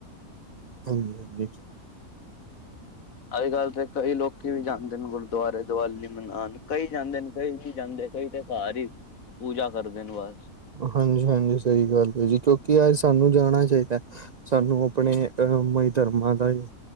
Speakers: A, on the right; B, on the left.
A: ਹਾਂਜੀ-ਹਾਂਜੀ।
B: ਅੱਜ-ਕੱਲ ਤੇ ਕਈ ਲੋਕੀ ਵੀ ਜਾਂਦੇ ਨੇ ਬ ਦੁਆਰੇ ਦੀਵਾਲੀ ਮਨਾਨ ਕਈ ਜਾਂਦੇ ਨੇ, ਕਈ ਨੀ ਜਾਂਦੇ ਕਈ ਤਾਂ ਘਰ ਈ ਪੂਜਾ ਕਰਦੇ ਨੇ ਬਸ
A: ਹਾਂਜੀ-ਹਾਂਜੀ ਸਹੀ ਗੱਲ ਹੈ ਜੀ, ਕਿਉਂਕਿ ਅੱਜ ਸਾਨੂੰ ਜਾਣਾ ਚਾਹੀਦਾ। ਸਾਨੂੰ ਅਪਨੇ ਅ ਮ ਧਰਮਾਂ ਦਾ ਏ-